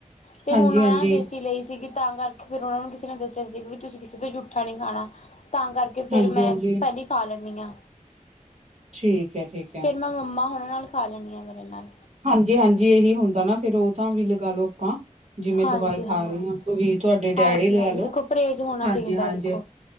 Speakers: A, on the left; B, on the right.
A: ਤੇ
B: ਹਾਂਜੀ
A: ਹੁਣ ਉਹਨਾਂ
B: ਹਾਂਜੀ
A: ਨੇ ਦੇਸੀ ਲਈ ਸੀਗੀ। ਤਾਂ ਕਰਕੇ ਫੇਰ ਉਹਨਾ ਨੂੰ ਕਿਸੇ ਨੇ ਦੱਸਿਆ ਸੀ, ਵੀ ਤੁਸੀਂ ਕਿਸੇ ਤੋਂ ਜੂਠਾ ਨਹੀਂ ਖਾਣਾ। ਤਾਂ ਕਰਕੇ ਕਿ ਫੇਰ
B: ਹਾਂਜੀ
A: ਮੈਂ,
B: ਹਾਂਜੀ
A: ਪਹਿਲੀ ਹੀ ਖਾ ਲੈਂਦੀ ਹਾਂ।
B: ਠੀਕ ਹੈ ਠੀਕ। ਹੈ
A: ਫਿਰ ਮੈਂ ਮੰਮਾ ਹੁਣ ਨਾਲ ਖਾ ਲੈਂਦੀ ਹਾਂ, ਮੇਰੇ ਨਾਲ।
B: ਹਾਂਜੀ, ਹਾਂਜੀ ਇਹੀ ਹੁੰਦਾ ਨਾ ਫੇਰ ਓਹ ਤਾਂ ਵੀ ਲਗਾ ਲੋ ਆਪਾਂ, ਜਿਵੇਂ
A: ਹਾਂਜੀ
B: ਦਵਾਈ
A: ਹਾਂਜੀ।
B: ਖਾ ਰਹੇ ਹਾਂ ਵੀ, ਤੁਹਾਡੇ
A: ਹਾਂਜੀ
B: ਡੈਡੀ ਲਗਾ
A: ਹਾਂਜੀ
B: ਲੋ
A: ਦੇਖੋ ਪਰਹੇਜ਼ ਹੋਣਾ
B: ਹਾਂਜੀ
A: ਚਾਹੀਦਾ
B: ਹਾਂਜੀ
A: ਦੇਖੋ